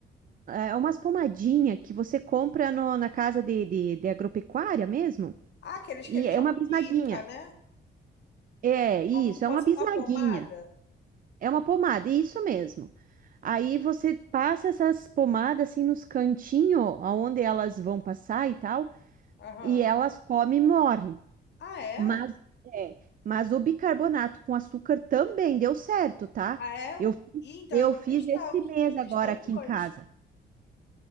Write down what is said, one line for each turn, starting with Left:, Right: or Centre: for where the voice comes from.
Right: é umas pomadinhas que você compra no- na casa de, de, de agropecuária mesmo,
Left: Ah, aqueles
Right: e
Left: que eles
Right: é
Left: chamam
Right: uma bisnaguinha.
Left: de isca, né?
Right: É isso,
Left: Como se fosse
Right: é uma bisnaguinha,
Left: uma pomada.
Right: é uma pomada, isso mesmo. Aí você passa essas pomadas assim nos cantinhos, aonde elas vão passar e tal.
Left: Aham.
Right: E elas comem e morrem.
Left: Ah, é?
Right: Mas, é, mas o bicarbonato com açúcar também deu certo, tá?
Left: Ah, é?
Right: Eu, fi-
Left: E então
Right: eu
Left: eu vou
Right: fiz
Left: testar
Right: esse
Left: os,
Right: mês
Left: vou testar
Right: agora aqui
Left: os dois.
Right: em casa.